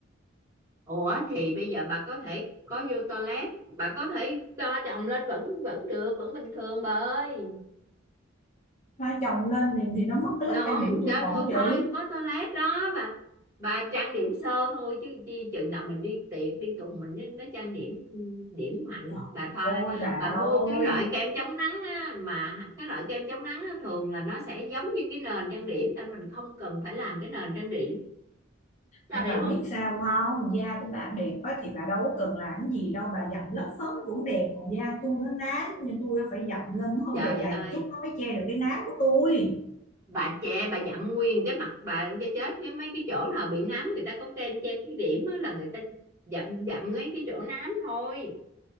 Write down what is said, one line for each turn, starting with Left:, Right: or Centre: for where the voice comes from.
Right: ủa thì bây giờ bà có thể có vô toilet bà có thể cho chồng lên vẫn vẫn được vẫn bình thường bà ơi
Left: thoa chồng lên thì, thì nó mất cái
Right: Thấy
Left: lớp
Right: không
Left: trang điểm tôi
Right: cho
Left: còn gì
Right: thôi có toilet đó bà bà trang điểm sơ thôi chứ chi chừng nào mình đi tiệc đi tùng mình nên nó trang điểm ừ, điểm mạnh
Left: trời
Right: bà thoa lên
Left: ơi bà
Right: bà mua cái
Left: ơi
Right: loại kem chống nắng á, mà cái loại kem chống nắng á, thường là nó sẽ giống như cái nền trang điểm nên mình không cần phải làm cái nền trang điểm bà
Left: nhưng bà
Right: hiểu không
Left: biết sao không da của bà đẹp á, thì bà đâu có cần làm cái gì đâu bà dặm lớp phấn cũng đẹp còn da tôi nó nám nên tôi phải dặm lên nó
Right: trời
Left: hơi dày dày
Right: ơi
Left: chút nó mới che được cái nám của tôi
Right: bà che bà dặm nguyên cái mặt bà cho chết với mấy cái chỗ nào bị nám người ta có kem che khuyết điểm á, là người ta dặm dặm ngay cái chỗ nám thôi